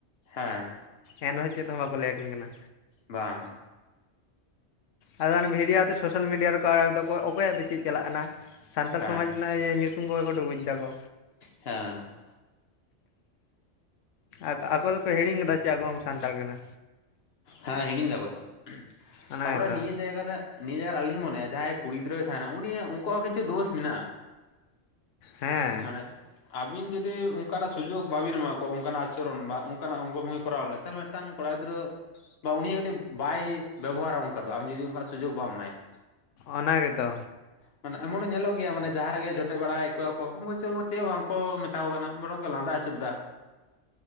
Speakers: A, on the left; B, on the left.
A: ᱦᱮᱸ
B: ᱮᱱ ᱨᱮᱦᱚᱸ ᱪᱮᱫ ᱦᱚᱸ ᱵᱟᱠᱚ ᱞᱟᱹᱭ ᱟᱹᱠᱤᱱ ᱠᱟᱱᱟ᱾
A: ᱵᱟᱝ᱾
B: ᱟᱫᱚ ᱚᱱᱮ ᱵᱷᱤᱰᱭᱳ ᱟᱛᱮ ᱥᱳᱥᱟᱞ ᱢᱤᱰᱤᱭᱟ ᱨᱮᱠᱚ ᱟᱲᱟᱜ ᱫᱚᱠᱚ ᱚᱠᱚᱭᱟᱜ ᱫᱚ ᱪᱮᱜ ᱪᱟᱞᱟᱜ ᱠᱟᱱᱟ᱾ ᱥᱟᱱᱛᱟᱞ
A: ᱦᱮᱸ
B: ᱥᱚᱢᱟᱡᱽ ᱱᱟᱜ ᱤᱭᱟᱹ ᱧᱩᱛᱩᱢ ᱠᱚ ᱜᱮᱠᱚ ᱰᱩᱵᱩᱡ ᱫᱟᱠᱚ᱾
A: ᱦᱮᱸ
B: ᱟᱠ ᱟᱠᱚ ᱫᱚᱠᱚ ᱦᱤᱲᱤᱧ ᱠᱟᱫᱟ ᱪᱮ ᱟᱠᱚ ᱦᱚᱸ ᱠᱚ ᱥᱟᱱᱛᱟᱞ ᱠᱟᱱᱟ᱾
A: ᱦᱮᱸ ᱦᱤᱲᱤᱧ ᱫᱟ ᱠᱚ ᱛᱚ,
B: ᱚᱱᱟ
A: ᱛᱟᱯᱚᱨᱮ
B: ᱜᱮᱛᱚ
A: ᱱᱤᱭᱟᱹ ᱡᱟᱭᱜᱟ ᱨᱮ ᱱᱤᱭᱟᱹ ᱡᱟᱨ ᱟᱞᱤᱧ ᱢᱚᱱᱮᱭᱟ ᱡᱟᱦᱟᱸᱭ ᱠᱩᱲᱤ ᱜᱤᱫᱽᱨᱟᱹᱭ ᱛᱟᱦᱮᱱᱟ ᱩᱱᱤ ᱩᱝᱠᱩᱣᱟᱜ ᱦᱚᱸ ᱠᱤᱪᱷᱩ ᱫᱳᱥ ᱢᱮᱱᱟᱜᱼᱟ᱾
B: ᱦᱮᱸ
A: ᱢᱟᱱᱮ ᱟᱹᱵᱤᱱ ᱡᱩᱫᱤ ᱚᱝᱠᱟᱱᱟᱜ ᱥᱩᱡᱳᱜᱽ ᱵᱟᱵᱤᱱ ᱮᱢᱟ ᱠᱚᱣᱟ ᱚᱝᱠᱟᱱᱟᱜ ᱟᱪᱚᱨᱚᱱ ᱵᱟᱝ ᱚᱱᱠᱟᱱᱟᱜ ᱚᱝᱜᱚ ᱵᱚᱝᱜᱮ ᱠᱚᱨᱟᱣ <unintelligible> ᱴᱟᱝ ᱠᱚᱲᱟ ᱜᱤᱫᱽᱨᱟᱹ ᱵᱟ ᱩᱱᱤ ᱠᱟᱹᱴᱤᱡ ᱵᱟᱭ ᱵᱮᱵᱚᱦᱟᱨᱟ ᱚᱝᱠᱟ ᱫᱚ ᱟᱢ ᱡᱩᱫᱤ ᱚᱝᱠᱟᱱᱟᱜ ᱥᱩᱡᱳᱜᱽ ᱵᱟᱢ ᱮᱢᱟᱭᱟ᱾
B: ᱚᱱᱟ ᱜᱮᱛᱚ᱾
A: ᱢᱟᱱᱮ ᱮᱢᱚᱱᱮ ᱧᱮᱞᱚᱜ ᱜᱮᱭᱟ ᱢᱟᱱᱮ ᱡᱟᱦᱟᱸ ᱨᱮᱜᱮ ᱡᱚᱴᱮᱜ ᱵᱟᱲᱟᱭᱮᱜ ᱠᱚᱣᱟ ᱠᱚ ᱩᱝᱠᱩ ᱪᱮᱜ ᱦᱚᱸ ᱵᱟᱝᱠᱚ ᱢᱮ ᱛᱟᱣ ᱠᱚ ᱠᱟᱱᱟ ᱵᱚᱨᱚᱝ ᱠᱚ ᱞᱟᱸᱫᱟ ᱟᱹᱪᱩᱨᱫᱟ᱾